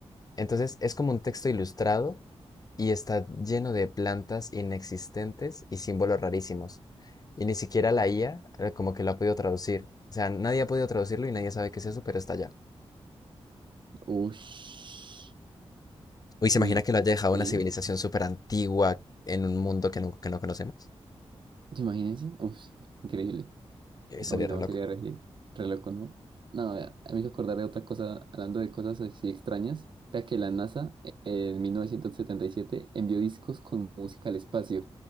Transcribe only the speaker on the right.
Ush,
uy,
¿qué?
Imagínense, uff, increíble.
Uy, no,
sería re, re loco, ¿no? No, vea, a mí me hizo acordar de otra cosa, hablando de cosas así extrañas. Vea que la NASA eh, en 1977 envió discos con música al espacio,